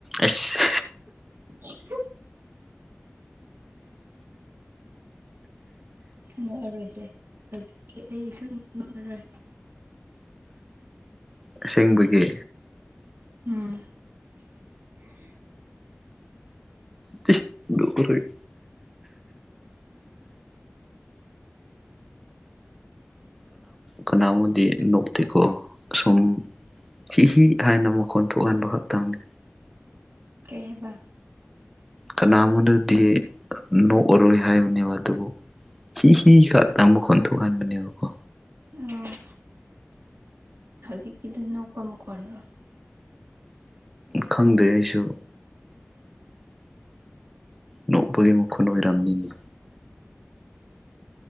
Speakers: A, in the centre; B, on the right.
A: ꯑꯁ
B: ꯎ ꯅꯣꯛꯑꯔꯣꯏꯁꯦ ꯍꯧꯖꯤꯛꯇꯤ ꯑꯩꯁꯨ ꯅꯣꯛꯑꯔꯣꯏ
A: ꯑꯁꯦꯡꯕꯒꯤ
B: ꯎꯝ
A: ꯗꯔ ꯍ ꯀꯅꯥꯕꯨꯗꯤ ꯅꯣꯛꯇꯤꯀꯣ ꯁꯨꯝ ꯍꯤꯍꯤ ꯍꯥꯏꯅ ꯃꯈꯣꯟ ꯊꯣꯛꯍꯟꯕ ꯈꯛꯇꯪꯅꯤ
B: ꯀꯩ ꯍꯥꯏꯕ
A: ꯀꯅꯥ ꯑꯃꯗꯗꯤ ꯅꯣꯛꯑꯔꯣꯏ ꯍꯥꯏꯕꯅꯦꯕ ꯑꯗꯨꯕꯨ ꯍꯤꯍꯤ ꯈꯛꯇ ꯃꯈꯣꯟ ꯊꯣꯛꯍꯟꯕꯅꯦꯕꯀꯣ
B: ꯑꯥ ꯍꯧꯖꯤꯛꯀꯤꯗꯨ ꯅꯣꯛꯄꯝ ꯀꯣꯟꯅꯔꯣ
A: ꯈꯪꯗꯦ ꯑꯩꯁꯨ ꯅꯣꯛꯄꯒꯤ ꯃꯈꯨꯟ ꯑꯣꯏꯔꯝꯅꯤꯅꯤ